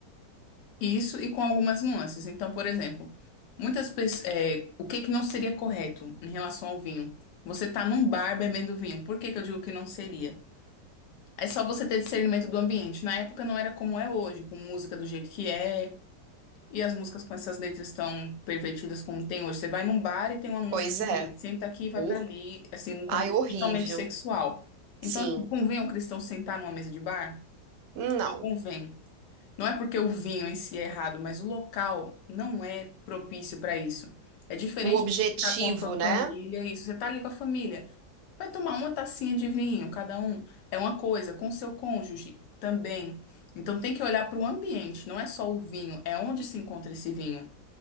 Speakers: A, on the left; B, on the right.
A: Isso e com algumas nuances. Então, por exemplo, muitas pessoas, o que que não seria correto em relação ao vinho? Você tá num bar bebendo vinho. Por que que eu digo que não seria? É só você ter discernimento do ambiente. Na época não era como é hoje, com música do jeito que é, e as músicas com essas letras tão pervertidas como tem hoje. Você vai num bar e tem uma música
B: Pois
A: que
B: é.
A: diz, senta aqui e vai
B: Hor-
A: pra ali, assim, num contexto
B: Ai, horrível.
A: totalmente sexual. Então,
B: Sim.
A: assim, convém um cristão sentar numa mesa de bar?
B: Não.
A: Não convém. Não é porque o vinho em si é errado, mas o local não é propício para isso. É diferente
B: O objetivo,
A: de você estar com a sua
B: né?
A: família, isso. Você está ali com a família, vai tomar uma tacinha de vinho, cada um. É uma coisa, com seu cônjuge também. Então tem que olhar para o ambiente, não é só o vinho, é onde se encontra esse vinho.